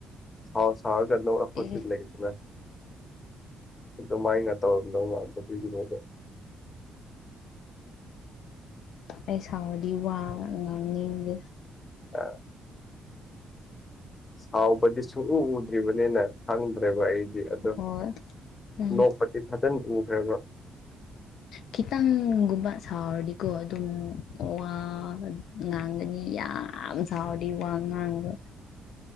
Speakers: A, on the left; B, on the left.
A: ꯁꯥꯎ ꯁꯥꯎꯔꯒ ꯅꯔꯛꯄꯁꯨ
B: ꯑꯦ
A: ꯂꯩꯗꯅ ꯑꯗꯨꯃꯥꯏꯅ ꯇꯧꯔꯝꯗꯧ ꯃꯥꯟꯕ ꯑꯗꯨꯏꯒꯤꯅꯦꯗ
B: ꯑꯩ ꯁꯥꯎꯗꯤ ꯋꯥ ꯉꯥꯡꯅꯤꯡꯗ‌ꯦ
A: ꯑ ꯁꯥꯎꯕꯗꯤ ꯁꯨꯎ ꯎꯗ꯭ꯔꯤꯕꯅꯤꯅ ꯈꯪꯗ꯭ꯔꯦꯕ ꯑꯩ ꯑꯗꯣ
B: ꯍꯣꯏ ꯎꯝ
A: ꯅꯣꯛꯄꯗꯤ ꯐꯖꯅ ꯎꯈ꯭ꯔꯕ
B: <unintelligible> ꯈꯤꯇꯪꯒꯨꯝꯕ ꯁꯥꯎꯔꯗꯤꯀꯣ ꯑꯗꯨꯝ ꯋꯥ ꯉꯥꯡꯒꯅꯤ ꯌꯥꯝ ꯌꯥꯝ ꯁꯥꯎꯔꯗꯤ ꯋꯥꯉꯥꯡꯕ